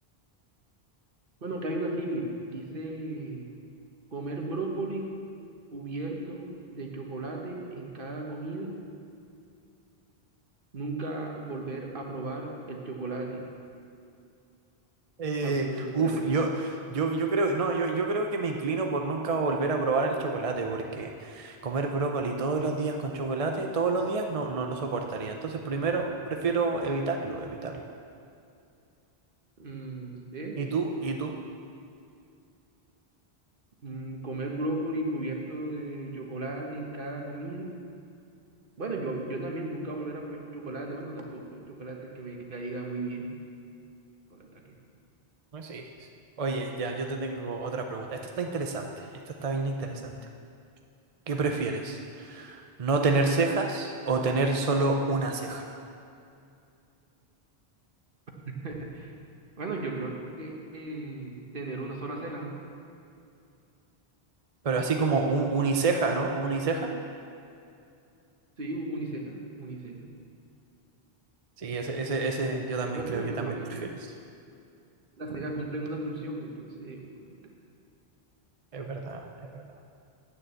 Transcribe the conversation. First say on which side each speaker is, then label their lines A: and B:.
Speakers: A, on the right; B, on the right.
A: Bueno, acá hay una trivia. Dice, comer brócoli cubierto de chocolate en cada comida, nunca volver a probar el chocolate.
B: Eh,
A: O sea, bueno,
B: uf,
A: te la repito.
B: yo, yo, yo creo, no, yo, yo creo que me inclino por nunca volver a probar el chocolate, porque comer brócoli todos los días con chocolate, todos los días no, no lo soportaría. Entonces, primero, prefiero evitarlo, evitarlo.
A: Mm, sí.
B: ¿Y tú? ¿Y tú?
A: Mm, comer brócoli cubierto de chocolate en cada comida. Bueno, yo, yo también nunca volver a probar chocolate. Bueno, tampoco. El chocolate es que me caiga muy bien. Chocolate aquí.
B: Pues sí. Oye, ya, yo te tengo
A: Mm,
B: otra pregunta. Esta está interesante. Esta está bien interesante.
A: Ajá.
B: ¿Qué prefieres? ¿No tener cejas o tener solo una ceja?
A: <laughs> Bueno, yo creo que eh, tener una sola ceja, ¿no?
B: Pero así como
A: Sí,
B: un uniceja, ¿no? ¿Uniceja?
A: sí, u- uniceja, uniceja.
B: Sí, ese, ese, ese yo también
A: Eh, bueno,
B: creo que
A: yo
B: también
A: creo que
B: prefieres.
A: bueno, las cejas cumplen una función, entonces, ante-
B: Es verdad, es verdad.